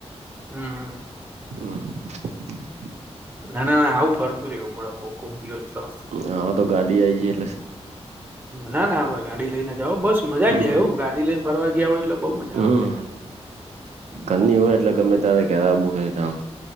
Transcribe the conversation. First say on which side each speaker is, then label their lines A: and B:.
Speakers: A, on the right; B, on the right.
A: હમ હ
B: હ
A: ના ના ના આવું ફરતું રહેવું બરાબર કોક દિવસ તો
B: હા તો ગાડી હતી યે
A: ના ના આપડે ગાડી લઈને જાઓ બસ મજા
B: હમ
A: આવી જાય એવું ગાડી લઈને ફરવા ગયા હો એટલે બહુ મજા
B: હમ
A: આવે ત્યારે હમ
B: ઘરની હોય એટલે ગમે તારે ઘરા
A: હમ
B: હોય ત્યારે